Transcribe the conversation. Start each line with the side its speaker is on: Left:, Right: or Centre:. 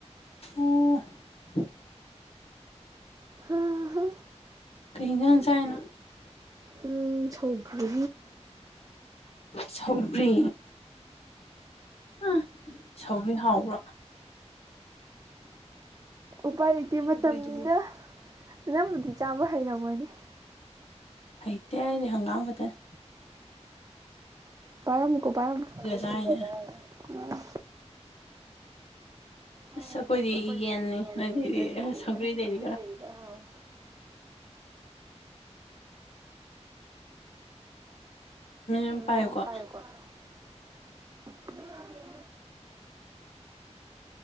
Left: ꯑꯣ
Right: ꯍꯥ ꯍꯥ
Left: ꯀꯩ ꯏꯟꯖꯥꯡ ꯆꯥꯏꯅꯣ
Right: ꯎꯝ ꯁꯧꯒ꯭ꯔꯤ
Left: ꯁꯧꯒ꯭ꯔꯤ <unintelligible> ꯁꯧꯒ꯭ꯔꯤ ꯍꯥꯎꯕ꯭ꯔꯣ
Right: ꯎꯄꯥꯏ ꯂꯩꯇꯦ
Left: ꯁꯧꯒ꯭ꯔꯤꯗꯨꯕꯨ
Right: ꯃꯇꯝꯅꯤꯅ ꯅꯪꯕꯨꯗꯤ ꯆꯥꯕ ꯍꯩꯔꯝꯃꯣꯢꯅꯦ
Left: ꯍꯩꯇꯦ ꯑꯩꯗꯤ ꯍꯪꯒꯥꯥꯝ ꯈꯇꯅꯦ
Right: ꯄꯥꯢꯔꯝꯃꯨꯀꯣ ꯄꯥꯢꯔꯝꯃꯨ <unintelligible>
Left: ꯆꯥꯏꯅꯦ
Right: ꯑꯥ ꯊꯥꯎ ꯍꯥꯏꯕꯥ
Left: ꯑꯩꯈꯣꯏꯗꯤ
Right: ꯑꯁ ꯑꯈꯣꯢꯗꯤ
Left: ꯌꯦꯟꯅꯤ
Right: ꯌꯦꯟ
Left: ꯅꯣꯏꯗꯩꯗꯤ
Right: ꯅꯣꯢꯗꯩꯗꯤ
Left: ꯁꯧꯒ꯭ꯔꯤꯗꯩꯗꯤ
Right: ꯁꯧꯒ꯭ꯔꯤꯗꯒꯤ ꯈꯔ ꯍꯥꯎꯋꯦ
Left: ꯑꯃ ꯄꯥꯏꯌꯨꯀꯣ
Right: ꯃꯤꯅꯤꯠ ꯑꯝ ꯄꯥꯏꯑꯣꯀꯣ <unintelligible>